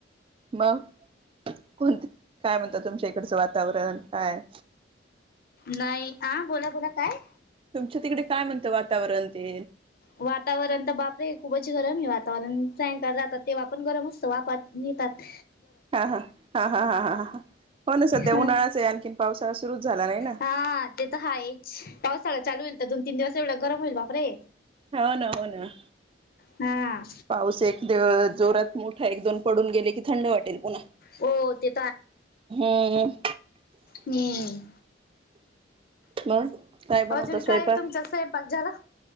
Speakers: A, on the right; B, on the left.
A: मग कोणते काय म्हणतात तुमच्या इकडचं वातावरण काय
B: नाही आ, बोला बोला काय?
A: तुमच्या तिकडे काय म्हणतं वातावरण ते
B: वातावरण तर बापरे खूपच गरम आहे वातावरण सायंकाळ राहात तेव्हा पण गरम असतं वाफा तात
A: हा हा हा हा हा हा ह हा हो ना सध्या
B: ह
A: उन्हाळाच आहे आणखीन पावसाळा सुरुच झाला नाही ना
B: हा ते तर हायच पावसाळा्यात चालू होईल तर दोन तीन दिवस एवढ गरम होईल बापरे
A: हो ना हो ना
B: हा.
A: पाऊस एक दिवस जोरात मोठ एक दोन पडून गेले की थंड वाटेल पुन्हा
B: हो ते
A: हम्म
B: हम्
A: मग काय बनवता
B: अजून
A: स्वयंपाक
B: काय तुमचा स्वयंपाक झाला.